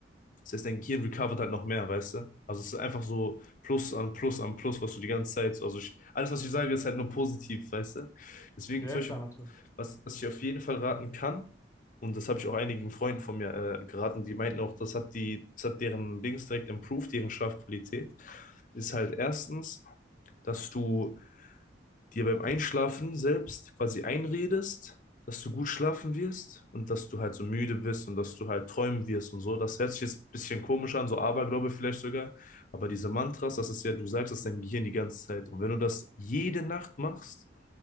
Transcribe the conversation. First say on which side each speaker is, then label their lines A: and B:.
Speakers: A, on the left (about 45°); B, on the left (about 15°).
A: Das heißt, dein Gehirn recovert halt noch mehr, weißt du? Also es ist einfach so Plus an Plus an Plus, was du die ganze Zeit, also ich, alles, was ich sage, ist halt nur positiv, weißt du? Deswegen
B: Ja,
A: zum
B: ja
A: Beispiel,
B: klar, natürlich.
A: was, was ich auf jeden Fall raten kann, und das habe ich auch einigen Freunden von mir äh, geraten, die meinten auch, das hat die, das hat deren Dings direkt improved, deren Schlafqualität, ist halt erstens, dass du dir beim Einschlafen selbst quasi einredest, dass du gut schlafen wirst und dass du halt so müde bist und dass du halt träumen wirst und so. Das hört sich jetzt ein bisschen komisch an, so Aberglaube vielleicht sogar. Aber diese Mantras, das ist ja, du sagst das deinem Gehirn die ganze Zeit. Und wenn du das jede Nacht machst,